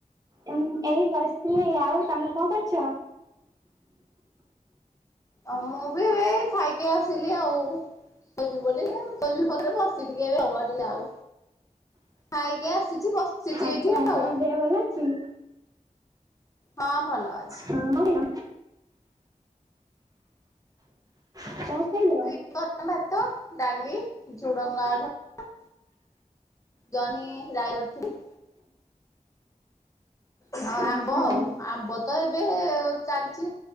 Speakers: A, on the right; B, on the left.
A: ଏଇ ଏଇ ବସିଥିଲି ଆଉ ତମେ କଣ କରୁଚ?
B: ଅ ମୁଁ ବି ଏଇ ଖାଇକି ଆସିଲି ଆଉ ତଇବି <inaudible> ବୋଲି ତବି ରେ ବସି ଟିକେ ବି ହଉ ଟିକେ ଆଉ ଖାଇକି ଆସିଛି ବସିଛି
A: ଆଛା
B: ଏଇଠି ଆଉ
A: ତମ ଦେହ ଭଲ ଅଛି?
B: ହଁ ଭଲ।
A: <unintelligible>
B: ଅଛି। <unintelligible>
A: ଖାଇଲ?
B: ଭାତ। ଡାଲି ଝୁଡ଼ଙ୍ଗା ଆଳୁ ଭଜା ଜନି ରାଇ କରି ହଁ ଆମ୍ବ
A: ଆଚ୍ଛା
B: ଆଉ ଆମ୍ବ ତ ଏବେ ଚାଲିଚି